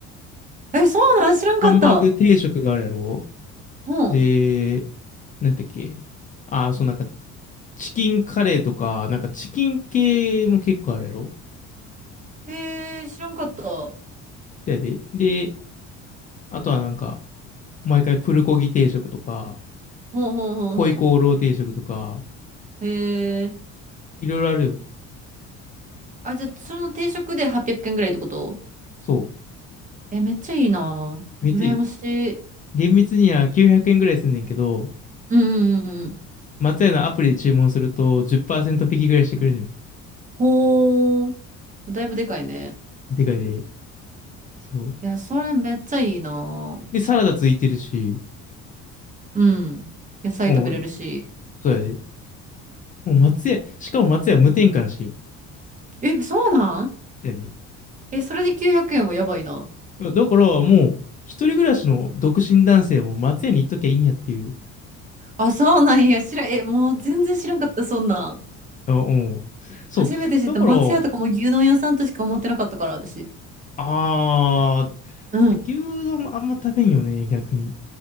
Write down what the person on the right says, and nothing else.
え、そうなん知らんかった。
ほん。
へえ、知らんかった。ほん
ほんほんほん。
へえ。
あ、じゃあ、その定食で800円ぐらいってこと
え、めっちゃいいな。
羨ましい。
うんうんうんうん。
ほー。だいぶでかいね。
いや、それめっちゃいいな。
うん。野菜食べれるし。
え、そうなん
え、それで900円はやばいな。
あ、そうなんや。知ら、え、もう全然知らんかった、そんなん。
初めて知った。
松屋とかも牛丼屋さんとしか思ってなかったから、私。
うん。